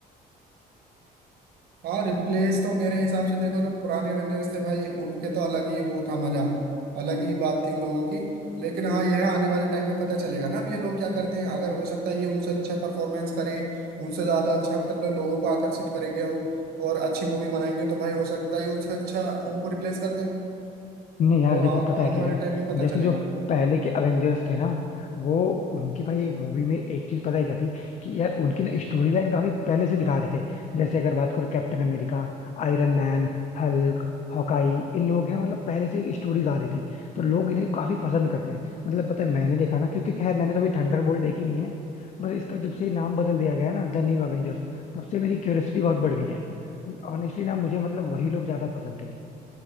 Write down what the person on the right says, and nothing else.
हाँ रिप्लेस तो मेरे हिसाब से देखो जो पुराने एवेंजर्स थे भाई उनके तो अलग ही वो था मजा अलग ही बात थी उन लोगों की लेकिन हाँ यह आने वाले टाइम में पता चलेगा ना अब ये लोग क्या करते हैं अगर हो सकता है ये उनसे अच्छा परफॉर्मेंस करें उनसे ज्यादा अच्छा मतलब लोगों को आकर्षित करेंगे और और अच्छी मूवी बनाएंगे तो भाई हो सकता है ये उनसे अच्छा उनको रिप्लेस कर दें
वो
आ,
आने
वाले
टाइम में पता
चलेगा